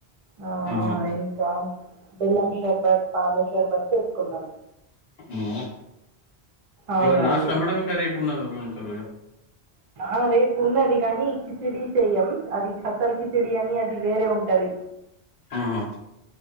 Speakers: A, on the right; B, on the left.
A: ఆ
B: ఆహా
A: ఇంకా బెల్లం షర్బత్ పాల షర్బత్ చేసుకున్నాం
B: మ్
A: అవునండి
B: ఇవాళ లాస్టా మేడం ఇంకా రేపు ఉన్నదా ఇంకా ఒక రోజు
A: ఆ రేపు ఉన్నది గాని కిచిడి చెయ్యం అది ఖత్తల్ కిచి డి అని అది వేరే ఉంటది.
B: ఉమ్ హు